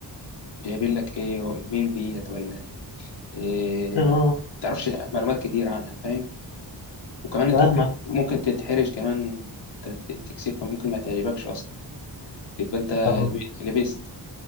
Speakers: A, on the left; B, on the left.
A: جايبين لك ايه ومين ديت ولا ايه
B: اه
A: ما تعرفش معلومات كتير عنها فاهم وكمان
B: فاهمك
A: انت ممكن ممكن تتحرج كمان ت- ت- تكسفها ممكن ما تعجبكش اصلا يبقى انت
B: طب
A: لب- لبست